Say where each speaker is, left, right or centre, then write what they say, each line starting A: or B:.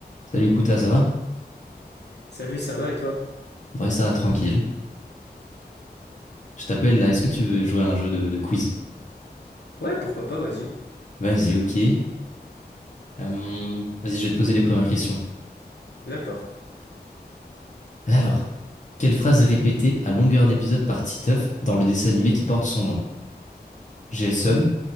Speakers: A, on the left (about 45°); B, on the left (about 85°).
A: Salut Kouta, ça va?
B: Salut, ça va et toi?
A: Ouais, ça va tranquille. Je t'appelle là, est-ce que tu veux jouer à un jeu de, de quiz?
B: Ouais, pourquoi pas, vas-y.
A: Vas-y, ok. Euh, vas-y, je vais te poser les premières questions.
B: D'accord.
A: Alors, quelle phrase est répétée à longueur d'épisode par Titeuf dans le dessin animé qui porte son nom? J'ai le seum,